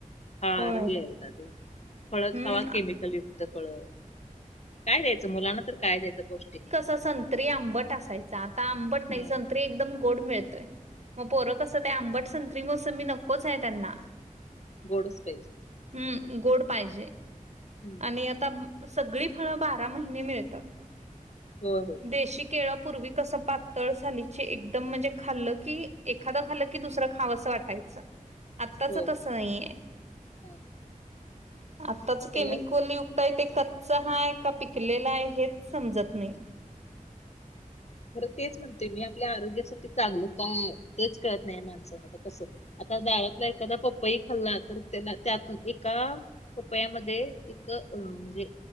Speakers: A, on the left (about 50°); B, on the right (about 50°).
A: फार
B: होय.
A: हे आहेता ते फळ
B: हम्म
A: खावा केमिकल युक्त फळ काय द्यायचं मुलांना तर काय द्यायचं पौष्टिक
B: आधी संत्री आंबट असायचा आता आंबट नाही
A: हम्म
B: संत्री एकदम गोड मिळतोय म पोर कसं ते आंबट संत्री, मोसंबी नकोच आहे त्यांना.
A: गोड असते.
B: हम्म, गोड पाहिजे.
A: हम्म,
B: आणि आता सगळी फळ बारा महिने मिळतात.
A: होय, होय.
B: देशी केळं पूर्वी कसं पातळं सालीची एकदम म्हणजे खाल्ल की एख एखादं खाल्लं की दुसरं खावं असं वाटायचा, आत्ताच
A: होय
B: तसं नाहीे ये.
A: हा.
B: आत्ताच
A: त्याला
B: केमिकल युक्त आहे, ते कच्च हाय का पिकलेला आहे हेच समजत नाही.
A: खरं तेच म्हणतेय मी आपल्या आरोग्यासाठी चांगलं काय, तेच कळत नाही माणसना त कसं आता दारातला एखाद्या पपई खाल्ला तर त्याला त्यातून एका पपया्यामध्ये एक अ म्हणजे